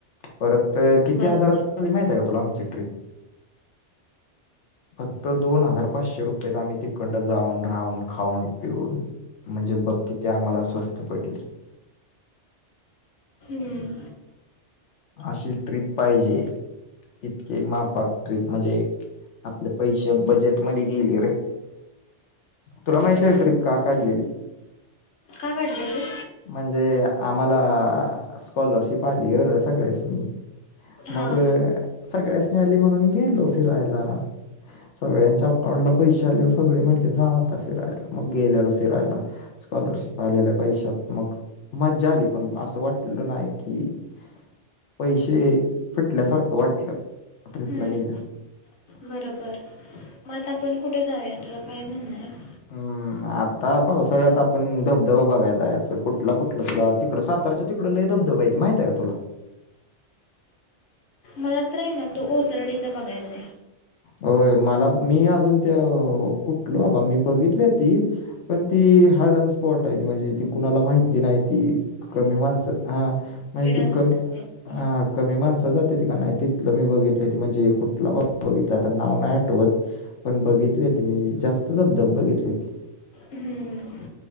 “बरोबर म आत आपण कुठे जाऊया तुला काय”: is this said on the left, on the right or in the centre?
Left